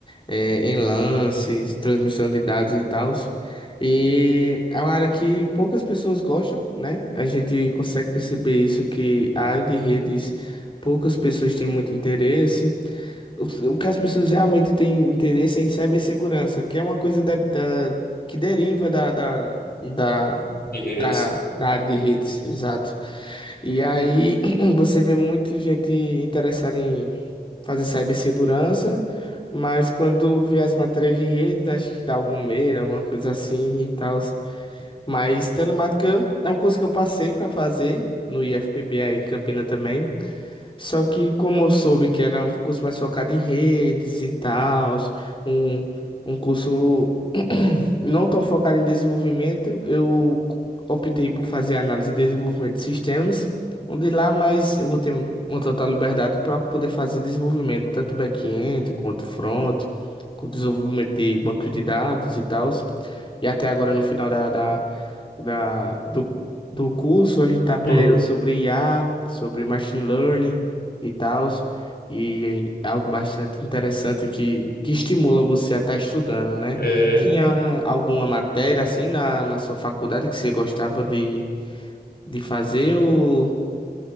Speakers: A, on the left; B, on the left.
A: é, enlaces, transmissão de dados e tal. E é uma área que poucas pessoas gostam, né? A gente consegue perceber isso, que a área de redes, poucas pessoas têm muito interesse. O, o que as pessoas realmente têm interesse é em cibersegurança, que é uma coisa da, da- que deriva da, da, da,
B: de redes.
A: da, da área de redes, exato. E aí <clears throat> você vê muita gente interessada em fazer cibersegurança, mas quando vê as matérias de redes, acho que dá algum medo, alguma coisa assim e tal. Mas telemática eu- é um curso que eu passei para fazer no IFPB aí, em Campina também. Só que como eu soube que era um curso mais focado em redes e tal, um, um curso <clears throat> não tão focado em desenvolvimento, eu optei por fazer análise e desenvolvimento de sistemas, onde lá mais eu vou ter uma total liberdade para poder fazer desenvolvimento, tanto back-end quanto front, com desenvolvimento de banco de dados e tal. E até agora no final da, da, da- do, do curso a gente está aprendendo
B: Hum,
A: sobre IA, sobre machine learning e tal. E é algo bastante interessante que, que estimula você a estar estudando, né?
B: é.
A: Tinha alguma matéria assim na, na sua faculdade que você gostava de, de fazer ou...